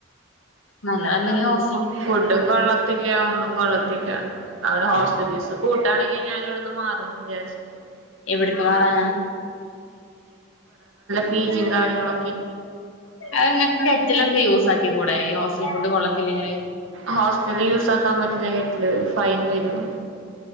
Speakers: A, on the left; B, on the right.
A: നൽ <unintelligible>
B: ഫുഡും കൊള്ളത്തി ഇല്യ ഒന്നും കൊള്ള ത്തില്ല അവിടെ ഹോസ്റ്റൽ ഫീസ് കൂട്ടാണെങ്കി ഞാനിവിടുന്ന് മാറുന്ന് വിചാരി <unintelligible>
A: എവിടെക്കെ മാറാനാ?
B: ബീജും കാര്യങ്ങളൊ
A: അത് അങ്ങനെ കെറ്റിലൊക്കെ യൂസാക്കി കൂടെ, ഈ ഹോസ്റ്റൽ ഫുഡ് കൊള്ളത്തില്ലെങ്ങേ?
B: ഹോസ്റ്റല് യുസാക്കാൻ പറ്റില്ല കെറ്റില്. ഫൈൻ വെരും.